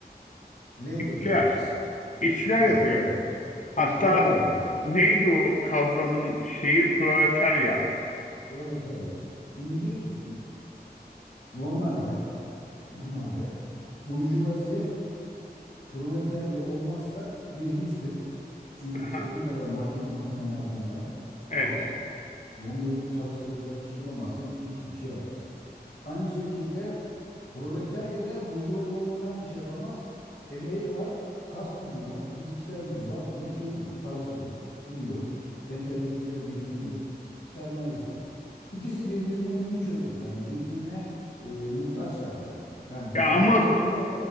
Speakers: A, on the left; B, on the left.
A: Labor
B: İşçiler.
A: tayfası.
B: İşçiler
A: Ha,
B: yapıyor.
A: evet.
B: Hatta
A: İşçiler yapıyor.
B: neydi o kavramın şeyi? Proletarya.
A: Proletarya. Şimdi diyor ki normalde normalde burjuvazi proletarya olmazsa bir hiçtir. Çünkü
B: Aha,
A: istediğin kadar makine, makine malzeme yap,
B: evet.
A: al. Onları çalıştıracak kişi bulamazsın, hiçbir şey yaramaz. Aynı şekilde proletarya da burjuvazi olmadan bir şey yapamaz. Emeği var, kas gücü var, fiziksel gücü var ama şeyi yok, parası yok, pulu yok, entelektüel birikimi yok, sermayesi yok. İkisi birbirine mutual yani birbirine e, muhtaçlar yani. Yani düzenek
B: Ya ama
A: böyle güzel.